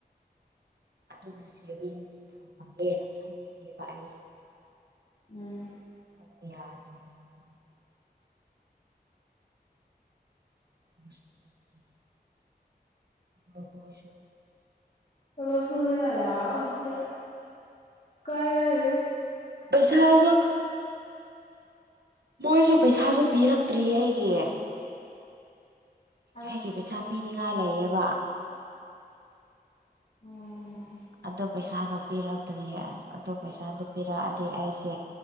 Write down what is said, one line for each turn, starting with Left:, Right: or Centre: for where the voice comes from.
Right: ꯑꯗꯨꯅ ꯁꯦꯚꯤꯡꯒꯤ ꯊꯝꯃꯒꯦꯅ ꯈꯟꯕꯅꯦꯕ ꯑꯩꯁꯦ
Left: ꯎꯝ
Right: ꯑꯗꯣ ꯌꯥꯗ꯭ꯔꯦꯕꯨ ꯍꯧꯖꯤꯛ <unintelligible> <inaudible> ꯍꯣꯏꯁꯨ
Left: ꯊꯕꯛ ꯁꯨꯅꯤꯡꯉꯥꯢ ꯂꯥꯛꯑꯣ ꯁꯤꯗ ꯀꯥꯟꯅꯅꯤ
Right: ꯄꯩꯁꯥꯖꯨ ꯃꯣꯏꯁꯨ ꯄꯩꯁꯥꯁꯨ ꯄꯤꯔꯛꯇ꯭ꯔꯤꯌꯦ ꯑꯩꯒꯤ
Left: ꯑꯁ
Right: ꯑꯩꯒꯤ ꯄꯩꯁꯥ ꯄꯤꯅꯤꯡꯉꯥꯏ ꯂꯩꯌꯦꯕ
Left: ꯎꯝ
Right: ꯑꯗꯣ ꯄꯩꯁꯥꯗꯣ ꯄꯤꯔꯛꯇ꯭ꯔꯤꯌꯦ ꯑꯁ ꯑꯗꯣ ꯄꯩꯁꯥꯗꯣ ꯄꯤꯔꯛꯑꯗꯤ ꯑꯩꯁꯦ